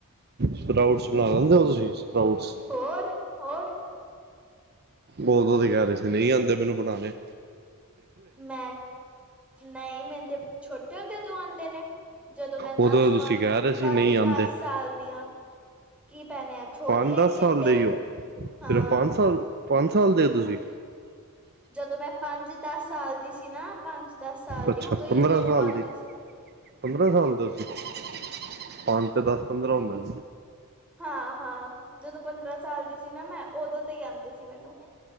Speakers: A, on the right; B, in the centre.
A: ਸਪਰਾਊਟਸ ਬਣਾ ਲੈਂਦੇ ਓ ਤੁਸੀਂ, ਸਪਰਾਊਟਸ।
B: ਹੋਰ ਹੋਰ।
A: ਉਦੋਂ ਤੇ ਕਹਿ ਰਹੇ ਸੀ ਨਈਂ ਆਂਦੇ ਮੈਨੂੰ ਬਣਾਣੇ।
B: ਮੈਂ ਨਈਂ, ਮੇਨੂੰ ਤੇ ਛੋਟੇ ਹੁੰਦੇ ਤੋਂ ਆਂਦੇ ਨੇ। ਜਦੋਂ ਮੈਂ
A: ਉਦੋਂ
B: ਦਸ
A: ਤੁਸੀਂ
B: ਪੰਜ,
A: ਕਹਿ ਰਹੇ
B: ਪੰਜ-ਦਸ
A: ਸੀ ਨਹੀਂ ਆਉਂਦੇ
B: ਸਾਲ ਦੀ ਆਂ। ਕੀ ਪੈਣੇ ਆ ਛੋਲੇ
A: ਪੰਜ ਦਸ
B: ਚਿੱਟੇ,
A: ਸਾਲ ਦੇ ਹੀ ਹੋ
B: ਹਾਂ।
A: ਸਿਰਫ ਪੰਜ ਸਾਲ ਪੰਜ ਸਾਲ ਦੇ ਓ ਤੁਸੀਂ।
B: ਜਦੋਂ ਮੈਂ ਪੰਜ-ਦਸ ਸਾਲ ਦੀ ਸੀ ਨਾ ਪੰਜ-ਦਸ ਸਾਲ
A: ਅੱਛਾ
B: ਦੀ ਉਦੋਂ ਹੀ
A: ਪੰਦਰਾਂ
B: ਮੈਨੂੰ
A: ਸਾਲ
B: ਆਂਦੇ
A: ਦੇ
B: ਸੀ।
A: ਪੰਦਰਾਂ ਸਾਲ ਦੇ <unintelligible> ਪੰਜ ਤੇ ਦਸ ਪੰਦਰਾਂ ਹੁੰਦਾ
B: ਹਾਂ ਹਾਂ, ਜਦੋਂ ਪੰਦਰਾਂ ਸਾਲ ਦੀ ਸੀ ਨਾ ਮੈਂ ਉਦੋਂ ਤੇ ਈ ਆਂਦੇ ਸੀ ਮੈਨੂੰ।